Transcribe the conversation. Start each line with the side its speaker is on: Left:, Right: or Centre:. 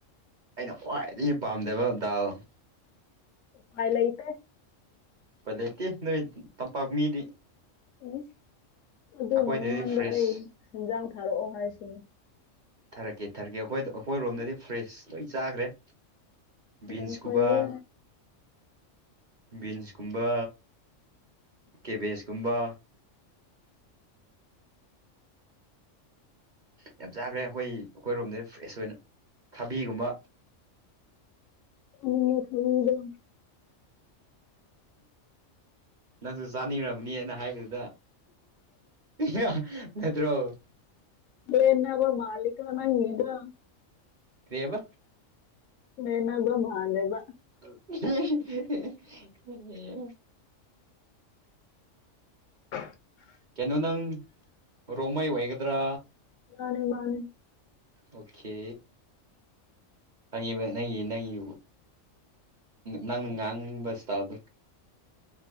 Right: ꯑꯩꯅ ꯈ꯭ꯋꯥꯏꯗꯒꯤ ꯄꯥꯝꯗꯕ ꯗꯥꯜ
Left: ꯎꯄꯥꯏ ꯂꯩꯇꯦ
Right: ꯎꯄꯥꯏ ꯂꯩꯇꯦ ꯅꯣꯏꯇꯝꯄꯥꯛ ꯃꯤꯗꯤ
Left: ꯎꯝ ꯑꯗꯨꯅ
Right: ꯑꯩꯈꯣꯏꯗꯗꯤ
Left: ꯅꯉꯣꯟꯗ
Right: ꯐ꯭ꯔꯦꯁ
Left: ꯑꯩ ꯍꯦꯟꯖꯥꯡ ꯊꯥꯔꯛꯑꯣ ꯍꯥꯏꯁꯤꯅꯦ
Right: ꯊꯥꯔꯛꯀꯦ ꯊꯥꯔꯛꯀꯦ ꯑꯩꯈꯣꯏꯗ ꯑꯩꯈꯣꯏꯔꯣꯝꯗꯗꯤ ꯐ꯭ꯔꯦꯁ ꯂꯣꯏ ꯆꯥꯈ꯭ꯔꯦ ꯕꯤꯟꯁꯀꯨꯝꯕ
Left: ꯌꯥꯝ ꯐꯩꯌꯦ
Right: ꯕꯤꯟꯁꯀꯨꯝꯕ ꯀꯦꯕꯦꯁꯀꯨꯝꯕ ꯌꯥꯝ ꯆꯥꯈ꯭ꯔꯦ ꯑꯩꯈꯣꯏ ꯑꯩꯈꯣꯏꯔꯣꯝꯗ ꯐ꯭ꯔꯦꯁ ꯑꯣꯏꯅ ꯊꯥꯕꯤꯒꯨꯝꯕ
Left: <unintelligible>
Right: ꯅꯪꯁꯨ ꯆꯥꯅꯤꯡꯔꯝꯅꯤꯅ ꯍꯥꯏꯕ <unintelligible> ꯅꯠꯇ꯭ꯔꯣ
Left: ꯂꯦꯟꯅꯕ ꯃꯥꯜꯂꯤꯀꯣ ꯅꯪꯒꯤꯗꯣ
Right: ꯀꯔꯤꯕ
Left: ꯂꯦꯟꯅꯥꯕ ꯃꯥꯥꯜꯂꯦꯕ
Right: <unintelligible>
Left: <unintelligible>
Right: ꯀꯩꯅꯣ ꯅꯪ ꯔꯣꯡꯃꯩ ꯑꯣꯏꯒꯗ꯭ꯔꯥ
Left: ꯃꯥꯅꯦ ꯃꯥꯅꯦ
Right: ꯑꯣꯀꯦ ꯈꯪꯉꯤꯕ ꯅꯪꯒꯤ ꯅꯪꯒꯤ ꯅꯪꯅ ꯉꯥꯡꯕ ꯏꯁꯇꯥꯏꯜꯗꯣ